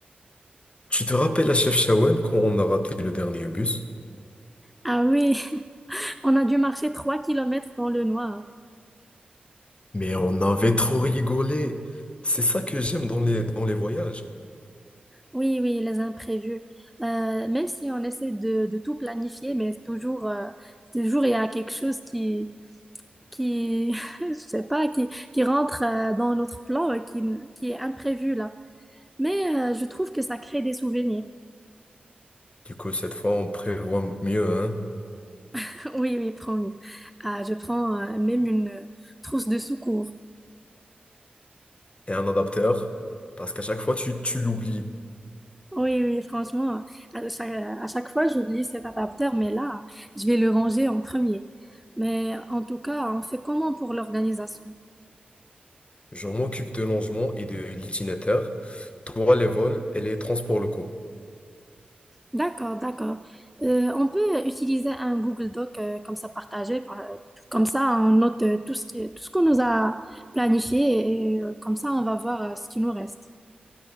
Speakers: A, on the left; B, in the centre.
A: Tu te rappelles à Chefchaouen quand on a raté le dernier bus?
B: Ah oui, <laughs> on a dû marcher trois kilomètres dans le noir.
A: Mais on avait trop rigolé. C'est ça que j'aime dans les, dans les voyages.
B: Oui, oui, les imprévus. Euh, même si on essaie de, de tout planifier, mais toujours, euh, toujours il y a quelque chose qui, qui, <laughs> je sais pas, qui, qui rentre euh, dans notre plan, euh, qui, qui est imprévu là. Mais euh, je trouve que ça crée des souvenirs.
A: Du coup, cette fois, on prévoit mieux, hein?
B: <laughs> Oui, oui, promis. Ah, je prends euh, même une euh, trousse de secours.
A: Et un adapteur. Parce qu'à chaque fois, tu, tu l'oublies.
B: Oui, oui, franchement, à chaque, à chaque fois, j'oublie cet adaptateur, mais là, je vais le ranger en premier. Mais en tout cas, on fait comment pour l'organisation?
A: Je m'occupe de l'angement et de l'itinéraire. Toi, les vols et les transports locaux.
B: D'accord, d'accord. Euh, on peut utiliser un Google Doc euh, comme ça partagé, par- comme ça on note euh, tout ce qui, tout ce qu'on nous a planifié et euh, comme ça on va voir euh, ce qui nous reste.